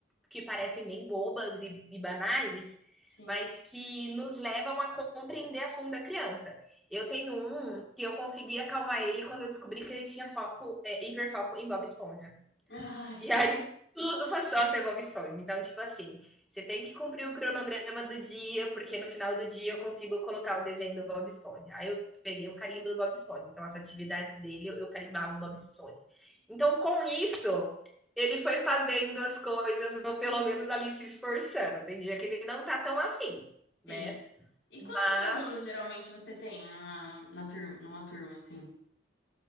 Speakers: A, in the centre; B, on the left.
A: que parecem bem bobas e, e banais,
B: Sim.
A: mas que nos levam a compreender a fundo a criança. Eu tenho um que eu consegui acalmar ele quando eu descobri que ele tinha foco, é, hiperfoco em Bob Esponja.
B: Ai,
A: E aí tudo passou a ser Bob Esponja. Então, tipo assim, você tem que cumprir o cronograma do dia, porque no final do dia eu consigo colocar o desenho do Bob Esponja. Aí eu peguei o carimbo do Bob Esponja. Então, as atividades dele, eu carimbava o Bob Esponja. Então, com isso, ele foi fazendo as coisas, ou pelo menos ali se esforçando. Tem dia que ele não tá tão afim, né?
B: sim. E quantos
A: Mas,
B: alunos geralmente você tem numa, na turma, numa turma assim?